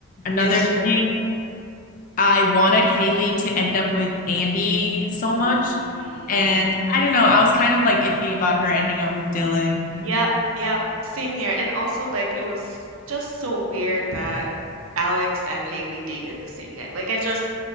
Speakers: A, on the left; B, on the right.
A: Another
B: it's true.
A: thing, I wanted Haley to end up with Andy so
B: hmm
A: much. And I don't know, I was kind of like iffy about her ending up with Dylan.
B: Yep, yep. Same here. And also like it was just so weird that Alex and Haley dated the same guy. Like I just